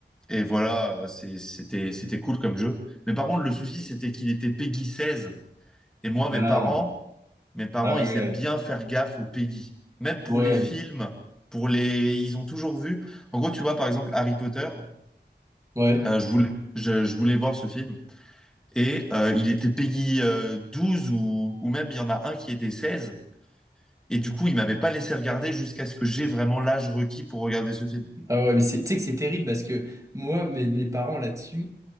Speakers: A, in the centre; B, on the right.
A: et voilà, c'est- c'était, c'était cool comme jeu. Mais par contre, le souci, c'était qu'il était Peggy 16. Et moi,
B: Ah,
A: mes parents, mes parents,
B: ah ouais,
A: ils aiment bien faire gaffe aux Peggy. Même pour
B: ouais,
A: les films, pour les... Ils ont toujours vu. En gros, tu vois, par exemple, Harry Potter,
B: ouais.
A: euh, je voulais, je, je voulais voir ce film. et euh, il était Peggy euh, 12 ou, ou même il y en a un qui était 16. Et du coup, il m'avait pas laissé regarder jusqu'à ce que j'ai vraiment l'âge requis pour regarder ce film.
B: Ah ouais, mais c'est, tu sais que c'est terrible parce que moi, mes, mes parents là-dessus,